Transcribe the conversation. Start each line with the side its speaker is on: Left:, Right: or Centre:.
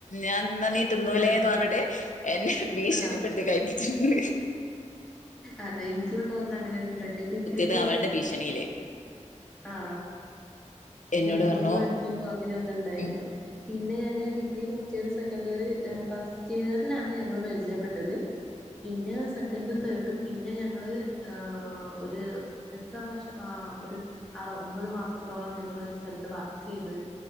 Left: ഞാൻ ന്ന നീ തിന്നൂലേന്ന്
Centre: ആഹ്
Left: പറഞ്ഞിട്ട് എന്നെ ഭീഷണിപ്പെടുത്തി
Centre: ആഹ്
Left: കഴിപ്പിച്ചിന്ന്
Centre: അതെ എനിക്കുണ്ടാവുന്ന അങ്ങനെ ഒരു ഫ്രണ്ട് ഡിഗ്രി
Left: ത് അവളുടെ ഭീഷണിയില്
Centre: ആ
Left: എന്നോട്
Centre: ഡിഗ്രിക്ക്
Left: പറഞ്ഞു
Centre: പഠിക്കുമ്പോ അങ്ങനെ ഒന്ന് ഇണ്ടായിരുന്നു
Left: ഉം
Centre: ടി പിന്നെ ഞങ്ങള് degree first year second year എ ഫസ്റ്റ് ഇയറിലാണ് ഞങ്ങള് പരിചയപ്പെട്ടത് പിന്നെ സെക്കൻറും തേർഡും പിന്നെ ഞങ്ങള് ആ ഒരു എത്ര വർഷം ആ ആ ഒരു ആ ഒമ്പത് മാസത്തോളം ഞങ്ങളൊരു സ്ഥലത്ത് വർക്ക് ചെയ്ത്